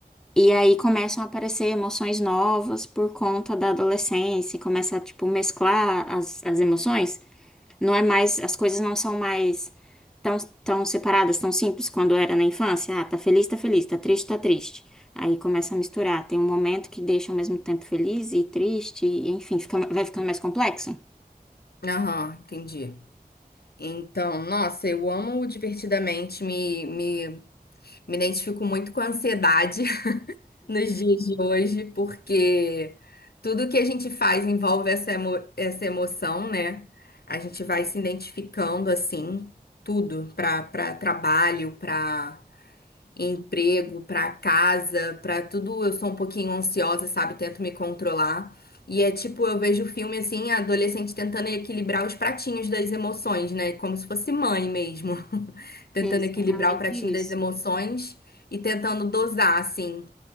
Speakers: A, in the centre; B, on the left (about 85°).
A: E aí começam a aparecer emoções novas por conta da adolescência, começa a tipo mesclar as, as emoções. Não é mais, as coisas não são mais tão, tão separadas, tão simples quando era na infância. Ah, tá feliz, tá feliz, tá triste, tá triste. Aí começa a misturar. Tem um momento que deixa ao mesmo tempo feliz e triste, e, enfim, fica, vai ficando mais complexo.
B: Aham, entendi. Então, nossa, eu amo o Divertidamente, me, me, me identifico muito com a ansiedade. nos dias de hoje, porque tudo que a gente faz envolve essa, emo- essa emoção, né? A gente vai se identificando assim, tudo, para para trabalho, para emprego, para casa, para tudo. Eu sou um pouquinho ansiosa, sabe? Tento me controlar. E é tipo, eu vejo o filme assim, a adolescente tentando equilibrar os pratinhos das emoções, né? Como se fosse mãe mesmo. <laughs> Tentando
A: Exatamente
B: equilibrar o pratinho
A: isso.
B: das emoções e tentando dosar, assim.